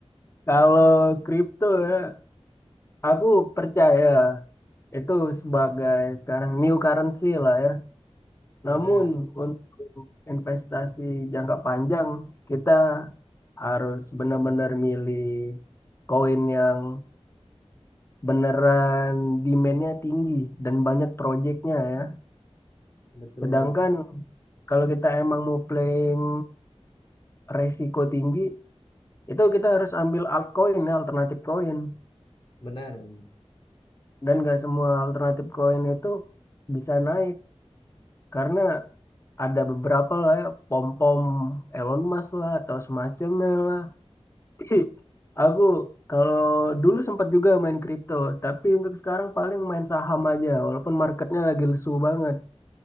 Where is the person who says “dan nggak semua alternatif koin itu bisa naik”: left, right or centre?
Left